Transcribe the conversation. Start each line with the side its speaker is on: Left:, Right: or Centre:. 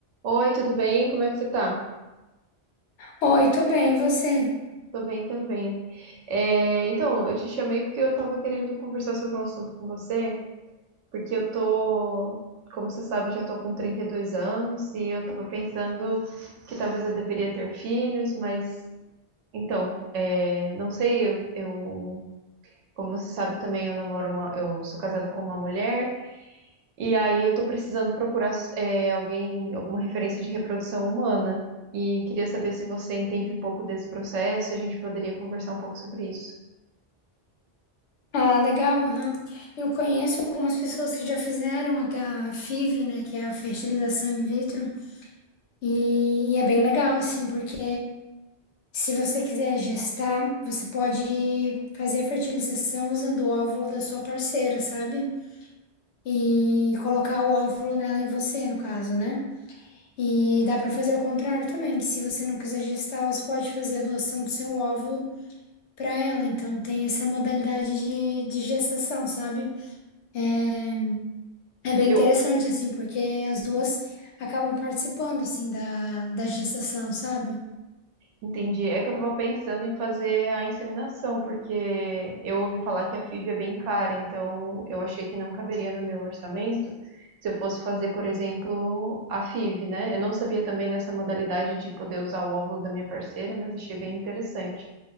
Right: Oi, tudo bem? Como é que você tá?
Left: Oi, tudo bem, e você?
Right: Tô bem também. É, então, eu te chamei porque eu tava querendo conversar sobre um assunto com você, porque eu tô, como você sabe, eu já tô com 32 anos e eu tava pensando que talvez eu deveria ter filhos, mas então, é, não sei, eu, eu- como você sabe, eu também eu namoro uma, eu sou casada com uma mulher E aí eu tô precisando procurar é, alguém, alguma referência de reprodução humana. E queria saber se você entende um pouco desse processo, se a gente poderia conversar um pouco sobre isso.
Left: Ah, legal, aham. Eu conheço algumas pessoas que já fizeram a, a FIV, né, que é a fertilização in vitro, e, e é bem legal, assim, porque se você quiser gestar, você pode fazer a fertilização usando o óvulo da sua parceira, sabe? E colocar o óvulo nela em você, no caso, né? E dá para fazer ao contrário também, que se você não quiser gestar, você pode fazer a doação do seu óvulo para ela. Então, tem essa modalidade de, de gestação, sabe? É, é bem
Right: Eu,
Left: interessante, assim, porque as duas acabam participando, assim, da, da gestação, sabe?
Right: Entendi. É que eu tava pensando em fazer a inseminação, porque eu ouvi falar que a FIV é bem cara, então eu achei que não caberia no meu orçamento se eu fosse fazer, por exemplo, a FIV, né? Eu não sabia também dessa modalidade de poder usar o óvulo da minha parceira, mas achei bem interessante.